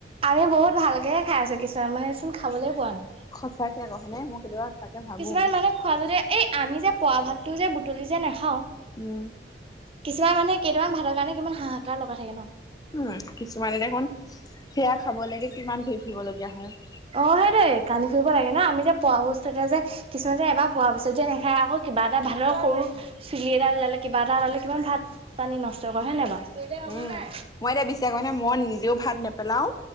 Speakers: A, on the right; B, on the left.
A: আমি বহুত ভালকেহে খাই আছো। কিছুমান মানুহে চোন খাবলৈ পোৱা নাই।
B: সঁচাকে আকৌ হয়নে? মই কেতিয়াবা তাকে ভাবো।
A: কিছুমান মানুহে খোৱা যতে এই আমি যে পৰা ভাতটো যে বুটলি যে নাখাওঁ,
B: উম
A: কিছুমান মানুহে কেইটামান ভাতৰ কাৰণে কিমান হাহাকাৰ লগাই থাকে।
B: উম। কিছুমানে দেখোন সেয়া খাব লৈকে কিমান ঘূৰি ফুৰিবলগীয়া হয়।
A: অ সেইটোৱেই কান্দি ফুৰিব লাগে ন, আমি যে পৰা বস্তু এটাই কিছুমানে যে এবাৰ পৰা পিছত যে নাখাই আকৌ কিবা এটা ভাতৰ সৰু চুলি এডাল ওলালে, কিবা এটা ওলালে, কিমান ভাত পানী নষ্ট কৰে হয় নহয় কেলে হ'ব
B: উম
A: নাই
B: মই এতিয়া বিশ্বাস কৰেনে? মই নিজেও ভাত নেপেলাও,